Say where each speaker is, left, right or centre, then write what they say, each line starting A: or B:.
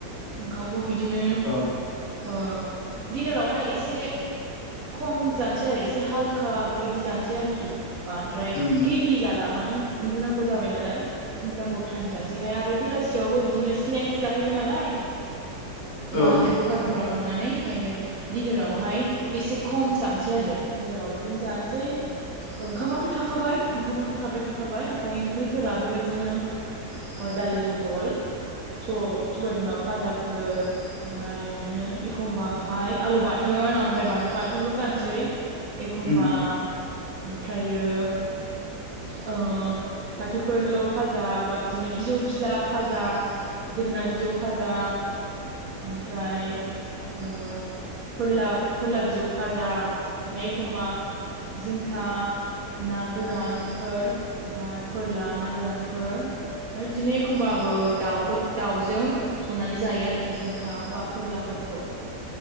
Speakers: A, on the right (about 55°); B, on the left (about 80°).
A: ओंखामखौ बिदिनो
B: औ
A: ओ दिनारावहाय एसे खम जानोसै आरो एसे हालखा बेबायदि जानोसै आरोखि बांद्राय
B: उम
A: हेभि जाला मानो उन्दुनांगौ जाबाय नालाय उन्दुनांगौ टाइम जानोसैखाय आरो बेलासियावबो बिदिनो स्नेक्स जाहैबाय नालाय मा
B: औ
A: होनो दखानफोराव थांनानै ओंखायनो दिडनारावहाय एसे खम जानोसै आरो दिडिनाराव बिदिनो जानोसै ओंखामाथ' थाखाबाय ओंखामाथ' थाबाय था खाबाय ओमफ्राय ओंख्रिफोरा बेबायदिनो दालि जहल स-सबाय बिमा फाजाफोर ओमफ्राय बिदिनो एखम्बाहाय आलु बाथोन ओमफ्राय बानलु बाथोनल' जानोसै एखमबा
B: उम
A: ओमफ्रायो ओ फाथोफोरल' फाजा बा बिदिनो बिजौ बिला फाजा जोगोनार बिजौ फाजा ओमफ्राय ओ फोरला फोरला बिजौ फाजा ओमफ्राय एखमबा जिंखा ना गोरान फोर ओमफाय फोर लाना गोरानफोर ओमफ्राय बिदिनो एखमबाबो दाउफोर दाउजों संनानै जायो आरोखि जिंखा बा फोरलाफोरखौ